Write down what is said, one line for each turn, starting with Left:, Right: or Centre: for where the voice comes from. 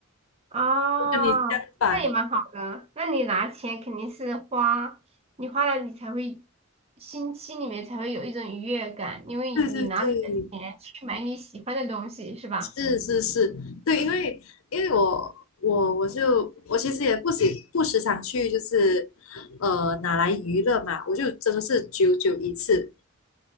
Right: 啊，
Left: 我跟你相反。
Right: 哦那也蛮好的。那你拿钱肯定是花，你花了你才会心心里面才会有一种愉悦感，因为你拿你的钱去买你喜欢的东西，
Left: 对对对，
Right: 是吧？
Left: 是是是，对，因为因为我我我就我其实也不时不时常去，就是呃拿来娱乐嘛，我就真的是久久一次。